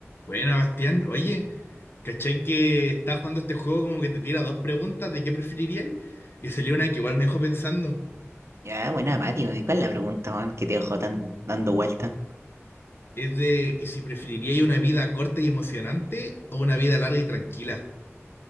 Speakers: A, on the left; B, on the right.
A: Bueno, Bastián, oye, ¿cachai que estaba jugando este juego como que te tira dos preguntas de qué preferiríais? Y salió una que igual me dejó pensando.
B: Ya, buena, Mati, weón. ¿y ¿cuál es la pregunta, weón, que te dejó tan dando vuelta?
A: Es de que si preferiríais una vida corta y emocionante o una vida larga y tranquila.